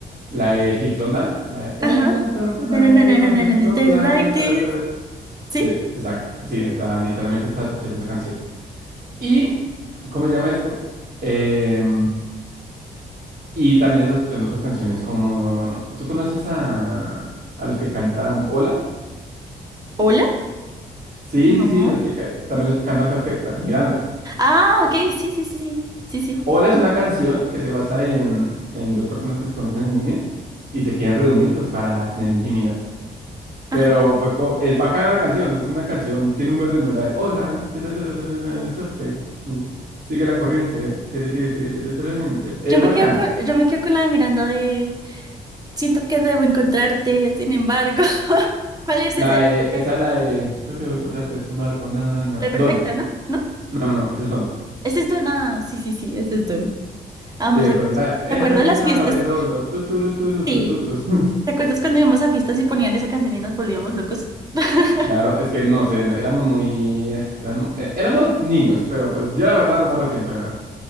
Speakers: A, on the right; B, on the right.
A: la de Hips Don't Lie, la
B: <laughs>
A: de, "Eh,
B: Ajá.
A: ta- Tonight,
B: No, no, no,
A: ta-
B: no,
A: ta-
B: no,
A: my
B: no,
A: hips
B: no, no,
A: don't
B: just
A: lie,
B: like
A: ta-
B: this.
A: ta- ta- ta".
B: ¿Sí?
A: Sí, exacto. Sí, o sea, literalmente estaba escuchando esa canción. Y, ¿cómo se llama esto? Em, y también estaba escuchando otras canciones como, ¿tú conoces a, a los que cantan Hola?
B: ¿Hola?
A: Sí,
B: No.
A: sí, sí, los que ca- también los que cantan Perfecta, Miranda.
B: Ah, ok, sí, sí, sí, sí, sí, sí.
A: Hola es una canción que se basa en, en dos personas que se conocen en línea y se quieren reunir pues para tener intimidad. Pero
B: Ajá.
A: fue co- es bacana la canción, es una canción, tiene un buen ritmo, la de hola, tira, tira, tira, tira, suerte, tú, sigue la corriente, tiri, tiri, tiri, tiri, tira, ninte". es
B: Yo me
A: bacana.
B: quedo con, yo me quedo con la de Miranda de siento que debo encontrarte, sin embargo. <laughs> ¿Cuál es
A: La
B: esa? Es
A: de, esa
B: de-
A: la de, creo que voy a encontrarte este embargo, na, na, na, na".
B: La
A: Don,
B: perfecta, ¿no? ¿No?
A: no, no, esa es Don.
B: Ese es Don. Ah, sí, sí, sí, ese es Don. Vamos
A: Sí,
B: a...
A: pero
B: ¿Te
A: la, es
B: acuerdas
A: la guitarra
B: las fiestas?
A: de Lolo, tu, tu, tu, tu,
B: Sí,
A: tu, tu, tu. <laughs>
B: ¿Te acuerdas cuando íbamos a fiestas y ponían esa canción y nos volvíamos locos? <laughs>
A: Claro, es que no sé, éramos muy, eran- eh, éramos niños, pero pues yo la verdad no me arrepiento de nada.